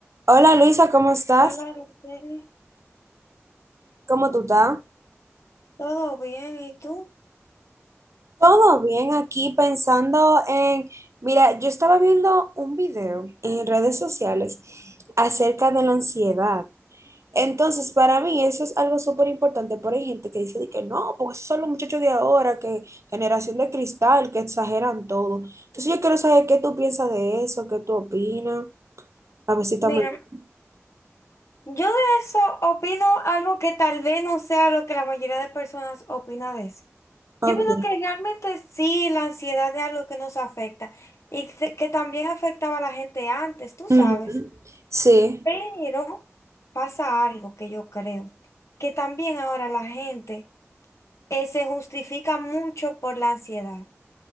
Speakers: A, on the right; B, on the left.
A: Hola Luisa, ¿cómo estás?
B: Hola, Araceli.
A: ¿Cómo tú estás?
B: ¿Todo bien? ¿Y tú?
A: Todo bien aquí pensando en, mira, yo estaba viendo un video en redes sociales acerca de la ansiedad. Entonces, para mí eso es algo súper importante, Porque hay gente que dice de que no, porque esos son los muchachos de ahora, que generación de cristal, que exageran todo. Entonces, yo quiero saber qué tú piensas de eso, qué tú opinas, a ver si estamos
B: Mira,
A: muy...
B: yo de eso opino algo que tal vez no sea lo que la mayoría de personas opina de eso. Yo
A: Ok.
B: opino que realmente sí, la ansiedad es algo que nos afecta y que que también afectaba a la gente antes, tú
A: Ujú.
B: sabes.
A: Sí.
B: Pero pasa algo que yo creo, que también ahora la gente eh, se justifica mucho por la ansiedad.